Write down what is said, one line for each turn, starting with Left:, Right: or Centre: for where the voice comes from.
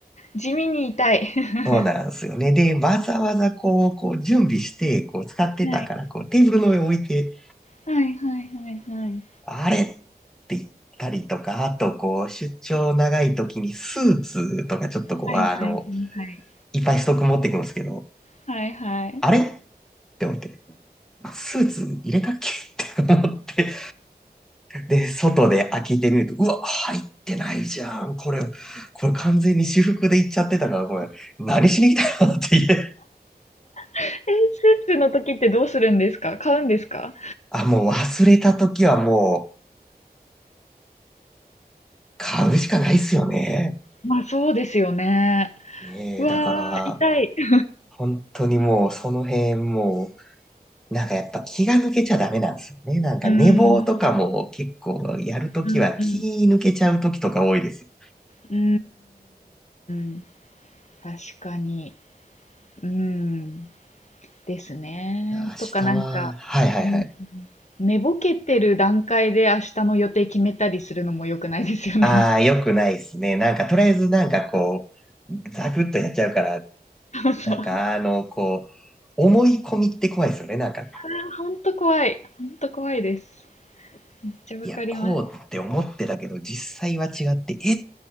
Left: 地味に痛い。<laughs>
Centre: そうなんですよね。で、わざわざこう、こう、準備して、こう、使ってたから、
Left: はい。
Centre: こう、テーブルの上置いて、
Left: はいはいはいはい。
Centre: あれって言ったりとか、あと、こう、出張長い時にスーツとか、ちょっとこう、
Left: はいはいはいはい。
Centre: あの、いっぱいストック持っていくんですけど、
Left: はいはい。
Centre: あれって思って、スーツ入れたっけって思ってで、外で開けてみると、うわ、入ってないじゃん。これ、これ完全に私服で行っちゃってたから、これ、何しに来たのって言え。
Left: え、スーツの時ってどうするんですか買うんですか
Centre: あ、もう忘れた時はもう、買うしかないっすよね。
Left: まあそうですよね。
Centre: ねえ、
Left: うわー、
Centre: だから、
Left: 痛い。<laughs>
Centre: 本当にもう、その辺もう、なんかやっぱ気が抜けちゃダメなんですよね。なんか寝坊とかも結構やるときは気抜けちゃうときとか多いです。
Left: うん、うん、うん。うーん、確かに。うん、ですね。
Centre: 明日は、
Left: とかなんか、
Centre: はいはいはい。
Left: うん、寝ぼけてる段階で明日の予定決めたりするのも良くないですよね。
Centre: ああ、よくないですね。なんか、とりあえずなんかこう、ザクッとやっちゃうから、
Left: <laughs> そうそう。
Centre: なんかあの、こう、思い込みって怖いですよね。なんか、
Left: あほんと怖い。ほんと怖いです。めっちゃわかります。
Centre: いや、こうって思ってたけど、実際は違って、え